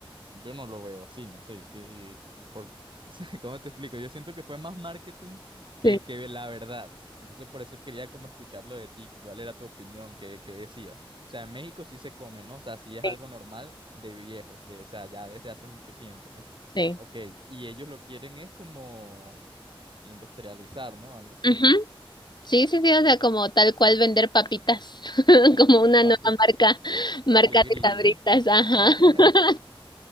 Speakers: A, on the right; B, on the left.
A: Yo no lo veo así, no sé, que, porque, <laughs> o sea, ¿cómo te explico? Yo siento que fue más marketing que,
B: Sí,
A: que la verdad. Entonces por eso quería como escucharlo de ti, cuál era tu opinión, qué, qué decías. O sea, en México sí se come, ¿no? O sea, sí es
B: sí,
A: algo normal de viejos, de, o sea, ya desde hace mucho tiempo, ¿no?
B: sí.
A: Ok, y ellos lo quieren es como industrializar, ¿no? Algo así.
B: Ujú. Sí, sí, sí, o sea, como tal cual vender papitas, <laughs> como una
A: Papito,
B: nueva marca, marca
A: papi grillo.
B: de sabritas,
A: <laughs>
B: ajá. <laughs>